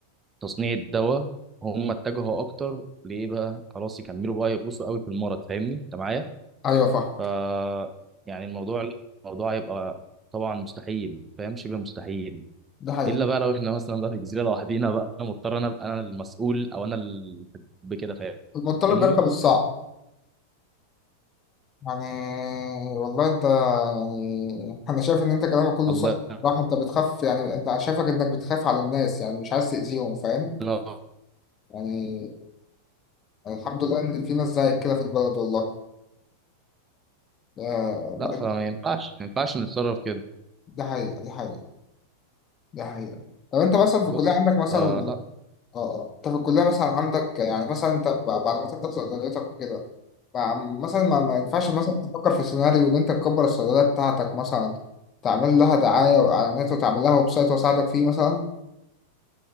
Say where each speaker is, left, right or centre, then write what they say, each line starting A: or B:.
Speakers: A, on the right (about 15°); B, on the left (about 25°).
A: تصنيع الدواء هم اتجهوا اكتر ليه بقى خلاص يكملوا بقى يغوصوا قوي في المرض فاهمني انت معايا
B: ايوه فاهمك
A: ف يعني الموضوع الموضوع هيبقى طبعا مستحيل فاهم شبه مستحيل
B: ده حقيقي
A: الا بقى لو احنا مثلا بقى في جزيره لوحدينا بقى انا مضطر انا ابقى انا المسؤول او انا ال... بكده فاهمني
B: المضطرب بيركب الصعب يعني والله انت يعني انا شايف ان انت كلامك كله
A: الله
B: صح راح انت بتخاف يعني انت شايفك انك بتخاف على الناس يعني مش عايز تأذيهم فاهم
A: ينور.
B: يعني يعني الحمد لله ان في ناس زيك كده في البلد والله ده
A: لا فما ينفعش ما ينفعش نتصرف كده
B: ده حقيقة دي حقيقة دي حقيقة طب انت مثلا في
A: بص
B: الكلية عندك مثلا
A: فلا
B: اه اه انت في الكلية مثلا عندك يعني مثلا انت ب- بعد ما تفتح صيدليتك وكده مع- مثلا ما, ما ينفعش مثلا تفكر في سيناريو ان انت تكبر الصيدلية بتاعتك مثلا تعمل لها دعاية وإعلانات وتعمل لها ويب سايت وأساعدك فيه مثلا